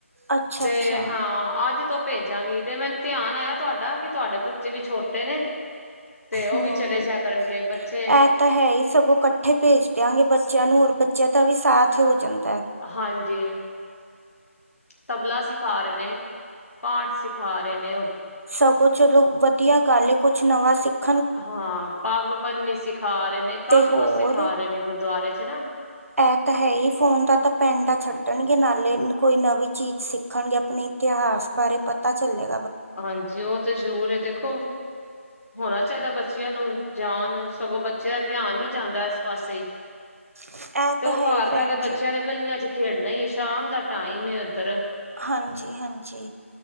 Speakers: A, on the right; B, on the left.
A: ਅੱਛਾ
B: ਤੇ
A: ਅੱਛਾ
B: ਹਾਂ ਅੱਜ ਤੋਂ ਭੇਜਾਂਗੀ ਤੇ ਮੈਨੂੰ ਧਿਆਨ ਆਇਆ ਤੁਆਡਾ ਕਿ ਤੁਆਡੇ ਬੱਚੇ ਵੀ ਛੋਟੇ ਨੇ ਤੇ ਉਹ
A: ਹੂੰ
B: ਵੀ ਚਲੇ ਜਾ ਕਰਨ ਗੇ ਬੱਚੇ
A: ਇਹ ਤਾਂ ਹੈ ਹੀ ਸਗੋਂ ਇਕੱਠੇ ਭੇਜ ਦਿਆਂਗੇ ਬੱਚਿਆਂ ਨੂੰ ਔਰ ਬੱਚਿਆਂ ਦਾ ਵੀ ਸਾਥ ਹੋ ਜਾਂਦਾ।
B: ਹਾਂਜੀ। ਤਬਲਾ ਸਿਖਾ ਰਹੇ ਨੇ, ਪਾਠ ਸਿਖਾ ਰਹੇ ਨੇ
A: ਸਗੋਂ ਚਲੋ ਵਧੀਆ ਗੱਲ ਕੁਛ ਨਵਾਂ ਸਿੱਖ
B: ਹਾਂ ਪੱਗ ਬੰਨੀ ਸਿਖਾ ਰਹੇ ਨੇ, ਕਾਫ਼ੀ
A: ਤੇ ਹੋਰ
B: ਕੁਛ ਸਿਖਾ ਰਹੇ ਨੇ ਗੁਰਦੁਆਰੇ ਚ ਨਾ।
A: ਐਹ ਤਾਂ ਹੈ ਹੀ ਫੋਨ ਦਾ ਤਾਂ ਪੈਡਾ ਛੱਡਣਗੇ ਨਾਲੇ ਕੋਈ ਨਵੀਂ ਚੀਜ਼ ਸਿੱਖਣਗੇ ਆਪਣੇ ਇਤਿਹਾਸ ਬਾਰੇ ਪਤਾ ਚੱਲਿਆ।
B: ਹਾਂਜੀ ਉਹ ਤੇ ਜ਼ਰੂਰ ਦੇਖੋ, ਹੋਣਾ ਚਾਈਦਾ ਬੱਚਿਆਂ ਨੂੰ ਜਾਣ ਸਗੋਂ ਬੱਚੇ ਦਾ ਧਿਆਨ ਵੀ ਜਾਂਦਾ ਇਸ ਪਾਸੇ।
A: ਇਹ
B: ਤੇ
A: ਤਾਂ
B: ਉਹ
A: ਹੈ
B: ਘਰ
A: ਹੀ
B: ਪੈ
A: ਭੈਣ
B: ਕੇ
A: ਜੀ
B: ਬੱਚਿਆਂ ਨੇ ਗਲੀਆਂ ਚ ਖੇਡਣਾ ਈ ਏ, ਸ਼ਾਮ ਦਾ ਟਾਈਮ ਇੱਧਰ।
A: ਹਾਂਜੀ ਹਾਂਜੀ,